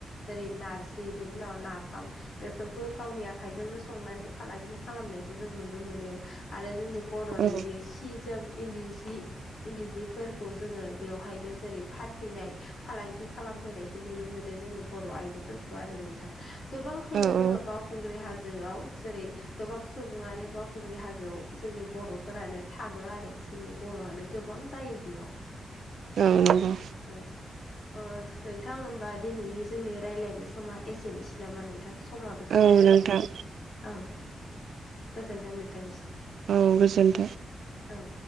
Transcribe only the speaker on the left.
जेरै नारजि बेनि उनाव नाफाम बेफोरखौ गावनि आखाइजोंनो संनानै फालांगि खालामनायखौ जों नुनो मोनो आरो जोंनि बर'निनि
सि जोम इन्दि सि इन्दि सिफोरखौ जोङो बेवहायनो जेरै फानफैनाय फालांगि खालामफैनायखौ नुनो मोनो जोंनि बर' आइजोफोरखौ आरो नोंथां गोबांखौनो
जोङो
बावखुंग्रि हाजोआव जेरै गोबां सुबुङानो बावखुंग्रि हाजोआव जोंनि बर'फोरानो थाङो आरो जोंनि बर'आनो गोबां जायो बेयाव
औ अ नोंथां होमबा दिनैनि जोंनि रायलायनाय समा एसेनोसै नामा नोंथां समाबो जाना
फैबाय
औ गोजोनथों नोंथांनिस
औ